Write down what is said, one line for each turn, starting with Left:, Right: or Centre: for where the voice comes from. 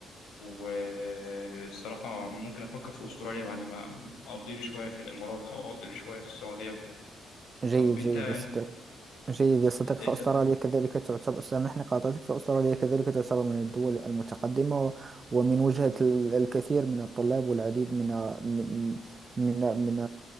Left: والصراحة ممكن أفكر في أستراليا بعد ما أقضي لي شوية في الإمارات أو أقضي لي شوية في السعودية وكده
Right: جيد
Left: طب
Right: جيد
Left: أنت
Right: يا صديقي جيد يا صديقي
Left: أنت أنت
Right: فأستراليا كذلك تعتبر سامحني قاطعتك فأستراليا كذلك تعتبر من الدول المتقدمة ومن وجهة ال- الكثير من الطلاب والعديد من من من من